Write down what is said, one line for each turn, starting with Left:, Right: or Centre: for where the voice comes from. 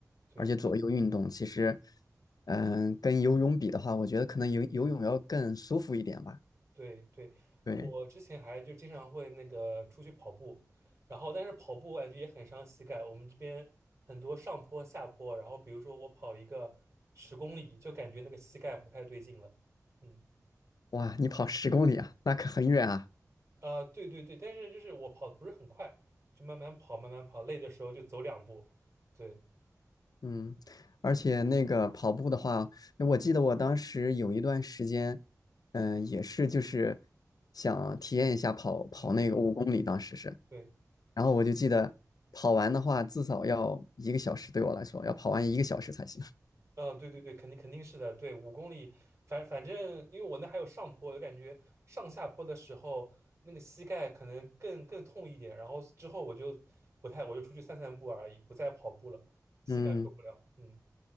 Right: 对
Left: 而且左右运动。其实，嗯、跟游泳比的话，我觉得可能游游泳要更舒服一点吧。
Right: 对对，
Left: 对，
Right: 我之前还就经常会那个出去跑步，然后但是跑步我感觉也很伤膝盖。我们这边很多上坡下坡，然后比如说我跑一个十公里，就感觉那个膝盖不太对劲了。嗯。
Left: 哇，你跑十公里啊，那可很远啊。
Right: 啊、对对对，但是就是我跑得不是很快，就慢慢跑，慢慢跑，累的时候就走两步。对，
Left: 嗯，而且那个跑步的话，
Right: 嗯
Left: 我记得我当时有一段时间，嗯、也是就是想体验一下跑跑那个五公里，
Right: 嗯嗯，
Left: 当时是，
Right: 对，
Left: 然后我就记得跑完的话，至少要一个小时，对我来说要跑完一个小时才行。
Right: 啊、对对对，肯定肯定是的。对，五公里，反反正因为我那还有上坡，我就感觉上下坡的时候那个膝盖可能更更痛一点，然后之后我就不太，我就出去散散步而已，不再跑步了，膝盖受不了。
Left: 嗯，
Right: 嗯